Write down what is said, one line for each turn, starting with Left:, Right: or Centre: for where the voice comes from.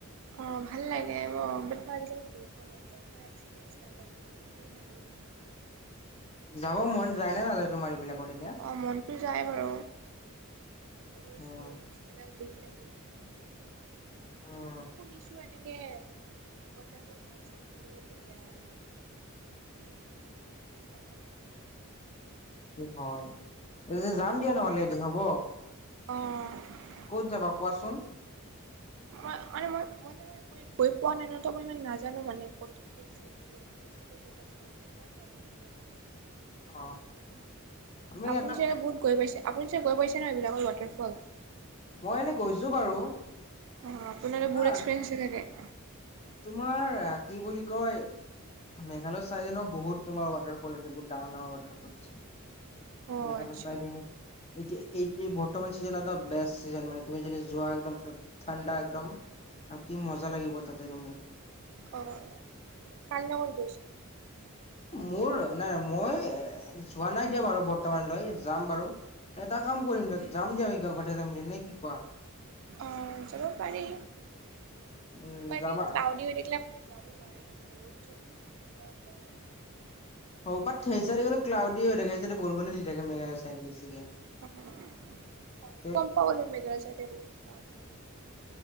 Right: অ', ভাল লাগে বাও, বাত মই আজিলৈকে গৈ পোৱা নাই ত' মই এক্সপেৰিয়ে নাজানো <unintelligible> ক'ব নোৱাৰিম মানে।
Left: যাব মন যায় নে নাযায়, তোমাৰ এইবিলাকত এনে।
Right: অ', মনটো যায় বাৰু, এইবোৰ
Left: উম
Right: ষ্টৰিছ ষ্টেটাছ দেখি থাকো।
Left: অ'
Right: শুনিছো এনেকে ৱাতাৰফল এটা আছে <unintelligible> সেইটো বহুত বেয়া বোলে তাত <unintelligible>
Left: সেইটো হয়, <unintelligible> যাম দিয়া নহ'লে এদিন হ'ব।
Right: অ'
Left: ক'ত যাবা, কোৱাচোন?
Right: মই অ', মানে, মই মানে, মই গৈ পোৱা নাই ন, ত মই ইমান নাজানো, মানে ক'ত কি আছে? <unintelligible> মই ইমান ভাল কে নাজানো।
Left: অ আমি
Right: আপুনি
Left: এটা
Right: চাগে বহুত গৈ পাইছে, আপুনি চাগে গৈ পাইছে ন এইবিলাকত ৱাটাৰফল।
Left: মই এনে গৈছো বাৰু।
Right: অ', আপোনাৰো বহুত
Left: অ
Right: এক্সপিৰিয়েঞ্চ আছে চাগে।
Left: তোমাৰ কি বুলি কয় মেঘালয় চাইদে ন বহুত তোমাৰ ৱাটাৰফল আছে, বহুত ডাঙৰ ডাঙৰ ৱাটাৰফল্ছ।
Right: অ
Left: মেঘালয়ৰ
Right: আচ্ছা
Left: চাইডে এতিয়া, এই এই বৰ্তমান চিজন এটা বেষ্ট চিজন মানে তুমি যদি যোৱা একদম। ঠাণ্ডা একদম, থাকি মজা লাগিব, তাতে তুমি।
Right: অ', তুমি কাৰ লগত গৈছিল
Left: মোৰ নাই নাই, মই অ', যোৱা নাই দিয়া বাৰু বৰ্তমানলৈ যাম বাৰু। এটা কাম কৰিম, যাম দিয়া আমি <unintelligible> মিলি, নে কি কোৱা?
Right: অ', যাব পাৰি।
Left: উম।
Right: এনে
Left: যাবা
Right: ক্লাইডি হৈ থাকিলে যাব নোৱাৰি মানে ৰদ চদ <unintelligible> গৰম
Left: সৌপাত সেইচাই গ'লে ক্লাউডিয়ে হৈ থাকে, সেইচাইদে বৰষুনে দি থাকে, মেঘালয় চাইদে বেছিকে।
Right: <unintelligible> হয়, এইটো
Left: ত
Right: গম পাও বাৰু মেঘালয় চাইদে বৰষুণ <unintelligible>